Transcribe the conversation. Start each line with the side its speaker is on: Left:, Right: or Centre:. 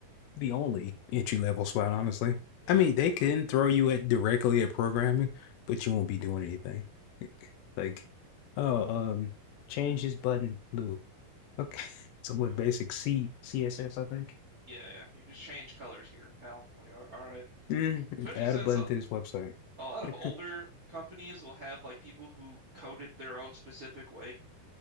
Left: the only entry level spot, honestly.
Right: Yeah.
Left: I mean, they can throw you at directly at programming, but you won't be doing anything. <laughs> Like, oh, um, change this button blue. Okay, <laughs> so what?
Right: Okay.
Left: Basic C CSS,
Right: If you-
Left: I think.
Right: yeah, yeah. You just change colors here, pal. I'm like, all, all right.
Left: Mm,
Right: Especially
Left: add
Right: since
Left: a button
Right: a,
Left: to this website.
Right: a lot of
Left: <laughs>
Right: older companies will have like people who coded their own specific way,